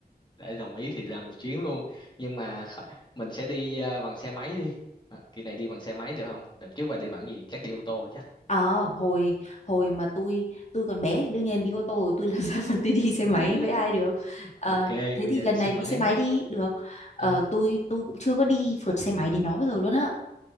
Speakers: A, on the left (about 25°); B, on the left (about 40°).
A: để đồng ý thì làm một chuyến luôn. Nhưng mà kh- mình sẽ đi ờ, bằng xe máy đi. À, kỳ này đi bằng xe máy được không? Đợt trước bà đi bằng gì? Chắc đi ô tô chắc.
B: ờ hồi hồi mà tôi tôi còn bé thì đương nhiên đi ô tô rồi, tôi làm <laughs> sao mà tôi đi xe
A: <laughs>
B: máy với ai được
A: Ok,
B: Ờ, thế
A: bây
B: thì
A: giờ
B: lần
A: đi xe
B: này
A: máy.
B: đi xe máy đi được Ờ,
A: Ừ,
B: tôi tôi cũng chưa có đi phượt xe máy đến đó bao giờ luôn á